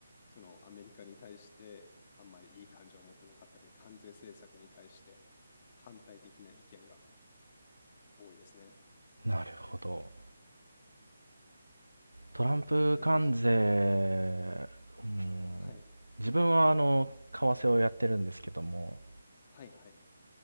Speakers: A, on the left; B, on the right.
A: そのアメリカに対してあんまりいい感情を持ってなかったり、関税政策に対して反対的な意見が多いですね。
B: なるほど。トランプ関税、
A: 難しいね。
B: うん、
A: はい、
B: 自分はあの、為替をやってるんですけども、
A: はいはい。